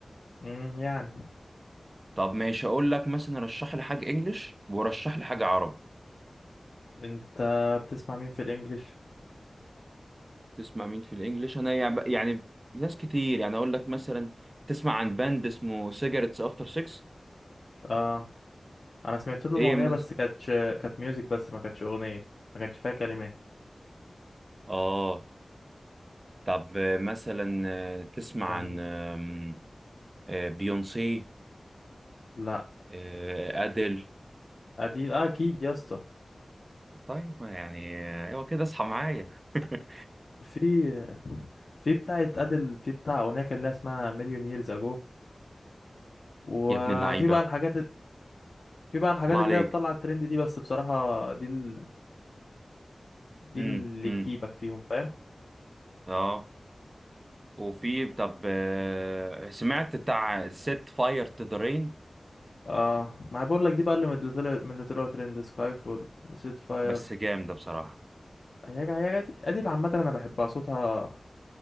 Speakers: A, on the left; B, on the right.
A: مم، يعني
B: طب ماشي اقول لك مثلا رشح لي حاجه انجليش ورشح لي حاجه عربي
A: انت بتسمع مين في الإنجليش؟
B: تسمع مين في الانجليش انا يع- يعني ناس كتير يعني اقول لك مثلا تسمع عن باند اسمه سيجارتس افتر 6
A: اه أنا سمعت لهم
B: ايه
A: أغنية
B: مثلا
A: بس كانتش كانت ميوزك بس ما كانتش أغنية ما كانش فيها كلمات
B: اه طب آه، مثلا آه، تسمع
A: كان
B: عن آم، آه، بيونسي
A: لا
B: آه، ادل
A: أدي آه أكيد يا اسطى
B: طيب ما يعني ايوه كده اصحى معايا <laughs>
A: في في بتاعة أدل في بتاع أغنية كان لها اسمها مليون ييرز أجو وفي
B: يا ابن اللعيبه
A: بقى الحاجات في بقى الحاجات
B: الله
A: اللي
B: عليك
A: هي طالعه الترند دي بس بصراحه دي ال... دي
B: امم
A: اللي
B: امم
A: تجيبك فيهم فاهم
B: اه وفي طب آه، سمعت بتاع ست فاير تو ذا رين
A: اه ما أنا بقول لك دي بقى اللي من اللي طلع من اللي طلعوا ترند سكاي فول سيت فاير
B: بس جامد ده بصراحه
A: هي جا- هي جا- دي ادي اللي عامه انا بحبها صوتها